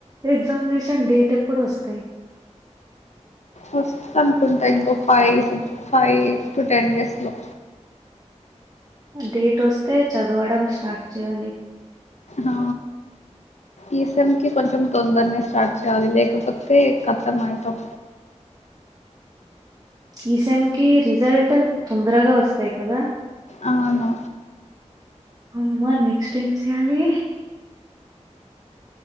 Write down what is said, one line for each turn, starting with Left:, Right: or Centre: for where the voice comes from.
Right: ఎగ్జామినేషన్ డేట్ ఎప్పుడు వస్తాయి.
Left: వస్తు అనుకుంటా ఇంకో five six five to ten days లో
Right: డేట్ వస్తే చదవడం స్టార్ట్ చేయాలి.
Left: ఆ ఈ సెమ్ కి కొంచెం తొందరనే స్టార్ట్ చేయాలి లేకపోతే కత్తం అయతం.
Right: ఈ సెమ్ కి రిజల్ట్ తొందరగా వస్తాయి కదా
Left: ఆవును
Right: అమ్మా నెక్స్ట్ ఏం చెయ్యాలి